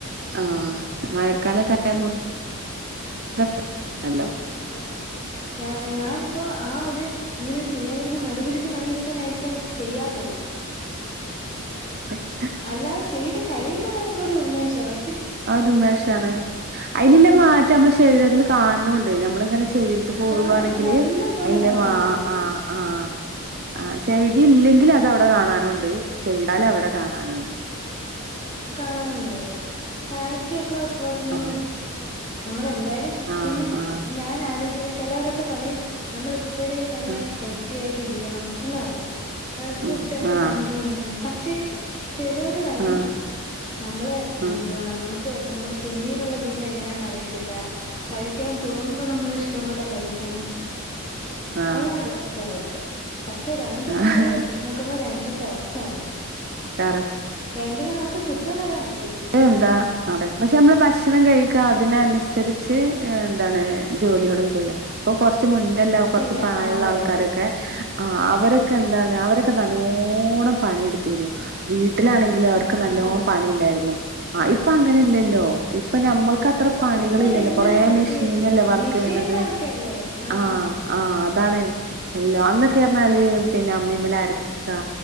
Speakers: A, on the right; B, on the left.
A: ആഹ് <unintelligible>
B: അതാ ഞാ ഞാനിപ്പോൊ ആ ഒരു ഇങ്ങനെ ചെയ്യാതിരുന്ന മടിപിടിച്ച് മടിപിടിച്ചാ ഞാൻ ഇപ്പ ചെയ്യാത്തത്
A: ആ
B: അല്ലാതെ ചെയ്ത് കഴിയുമ്പോ നമുക്കൊരു ഉന്മേഷ പക്ഷേ
A: ആ ഒരുമേഷആണ് അയിനല്ല മാറ്റ നമ്മള് ശരീരത്തിൽ കാണണ്ട് നമ്മളിങ്ങനെ ചെയ്തിട്ട് പോകുവാണെങ്കില്
B: കാണും നല്ല പോലെ
A: അതിന്റെ
B: കാണാൻ
A: മാ
B: പറ്റും
A: ആഹ് ആഹ് ആ ചെയ്തില്ലെങ്കിൽ അത് അവിടെ കാണാനും ഉണ്ട് ചെയ്താൽ അവിടെ കാണാനും ഉണ്ട്
B: കാണാനുണ്ട് ഫാറ്റ് ഓ ക്കാ കുറഞ്ഞെ
A: ആഹ്
B: നമ്മൾ എന്തായാലും
A: ആഹ്
B: പിന്നെ
A: ആഹ്
B: ഞാൻ ആലോച പിന്നെ ചിലരൊക്കെ പറയും നമ്മള് ഇപ്പഴേ നല്ല
A: ആഹ്
B: ഹെൽത്തി ആയിട്ട് ഇരി ക്കണം എന്നു പറയും ആഹ് ഫുഡ്
A: ഉം
B: ഒക്കെ
A: ആഹ്
B: കണ്ട്രോൾ ചെയ്യണം പക്ഷേ ചേലൊരു പറയും
A: ആഹ്
B: നമ്മള് എന്താ
A: ആഹ്
B: ന മുക്ക് നമ്മുടെ പിന്നീടുള്ള ജീവിതം എങ്ങനെയാന്നറിയത്തില്ല. കഴിക്കാൻ തോന്നുമ്പോ നമ്മള ഇഷ്ടം പോലെ കഴിക്കണം.
A: ആഹ്
B: അങ്ങനെ ചെലവേറെ പക്ഷെ രണ്ടും
A: ആഹ്
B: നമ്മള് നോക്കുമ്പോ രണ്ടും കറക്റ്റ് ആണ്.
A: കറ
B: രണ്ടിന് നമുക്ക് കുറ്റം പറയാൻ പ
A: അത് എന്താ പക്ഷെ നമ്മള് ഭക്ഷണം കഴിക്ക അതിനനുസരിച്ച് എന്താണ് ജോലികളും ചെയ്യാ ഇപ്പൊ കൊറച്ച് ക്ക് മുന്നല്ല കുറച്ച്
B: ചെയ്യാ
A: പ്രായള്ള
B: അതെ
A: ആൾക്കാരൊക്കെ ആ അവരൊക്കെ എന്താണ് അവരൊക്കെ നല്ലോണം പണിയെടുത്തിനി വീട്ടിലാണെ ങ്കിലും അവർക്ക് നല്ലോ
B: അതെ
A: പണിണ്ടായിരുന്നു. ആ ഇപ്പൊ അങ്ങനെ ഇല്ലല്ലോ ഇ പ്പ നമ്മൾക്ക് അത്ര
B: ഇപ്പൊ
A: പണികൾ
B: ഇപ്പൊ
A: ഇല്ലല്ലോ
B: എല്ലാം
A: കൊറെ
B: മറ്റേ
A: മെഷീനല്ലേ വർക്ക്
B: മെഷീൻ
A: ചെയ്യ്ണത്
B: വർക്കല്ലേ ആഹ്
A: ആ ആ അതാണ് എല്ലാം അന്നൊക്കെ പറഞ്ഞാല് പിന്നെ അമ്മിമ്മലരക്കാ